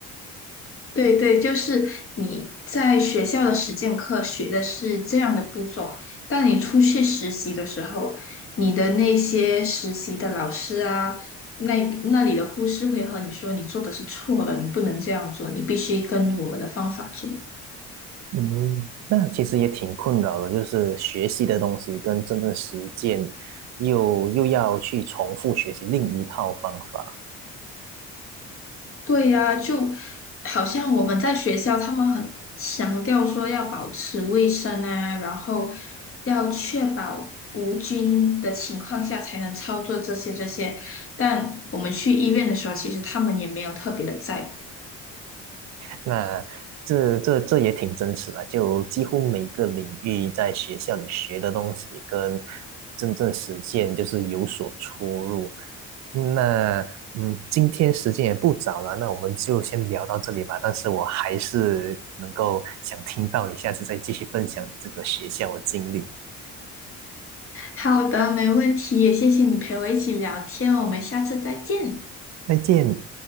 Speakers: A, on the left; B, on the right.
A: 对对，就是你在学校的实践课学的是这样的步骤，但你出去实习的时候，你的那些实习的老师啊，那那里的护士会和你说你做的是错的，你不能这样做，你必须跟我们的方法做。
B: 嗯，那其实也挺困扰的，就是学习的东西跟真正实践又又要去重复学习另一套方法，
A: 对呀，就好像我们在学校，他们很强调说要保持卫生啊，然后要确保无菌的情况下才能操作这些这些。但我们去医院的时候，其实他们也没有特别的在乎。
B: 那这这这也挺真实的，就几乎每个领域在学校里学的东西跟真正实践就是有所出入。那嗯，今天时间也不早了，那我们就先聊到这里吧。但是我还是能够想听到你下次再继续分享你这个学校的经历。
A: 好的，没问题，也谢谢你陪我一起聊天，我们下次再见。
B: 再见。